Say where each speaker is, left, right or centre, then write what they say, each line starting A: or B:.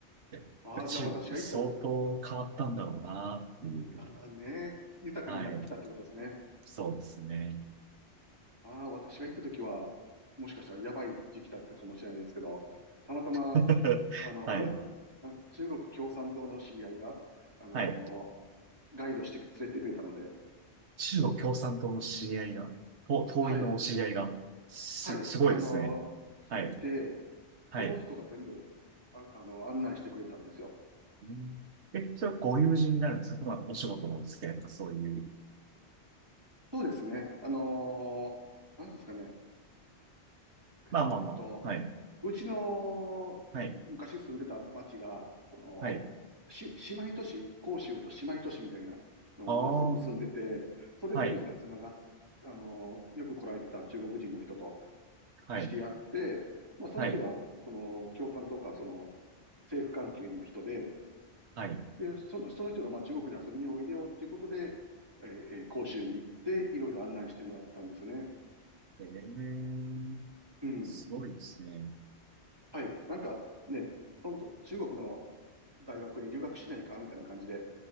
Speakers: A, on the right; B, on the right.
A: やっぱ中国って相当変わったんだろうなっていう。
B: ああ、じゃあ私が行った、ああね、豊かになってきたってことですね。
A: はい。そうですね。
B: ああ、私が行った時は、もしかしたらやばい時期だったかもしれないですけど、たまたま、
A: <laughs>
B: あの、
A: はい。
B: <laughs> あ中国共産党の知り合いが、あの
A: はい。
B: ーガイドして連れてくれたので、
A: 中国共産党の知り合いが、党、党員のお知り合いが、
B: はい、
A: す、
B: はい、
A: すごいですね。
B: あの
A: はい、
B: ーいて、
A: はい。
B: その人が全部、あ、あの案内してくれたんですよ。
A: うん、え、それはご友人になるんですかまあ、お仕事のお付き合いとかそういう。
B: そうですね、あのーなんですかね、えっと、
A: まあまあまあ、はい、
B: うちの昔住んでた町が、
A: はい、
B: その、
A: はい。
B: し、姉妹都市、甲州と姉妹都市みたいなのをむす結んでて、
A: ああ、
B: それでなんかつながっ、
A: はい、
B: あの、よく来られてた中国人の人と
A: はい、
B: 知り合って、まあその人が、
A: はい、
B: その、共産党か、その、政府関係の人で、
A: はい。
B: で、その、その人がまあ中国に遊びにおいでよっていうことで、えーえー甲州に行って、いろいろ案内してもらったんですよね。
A: えー、
B: うん。
A: すごいですね。
B: はい。なんかね、本当中国の大学に留学しないかみたいな感じで、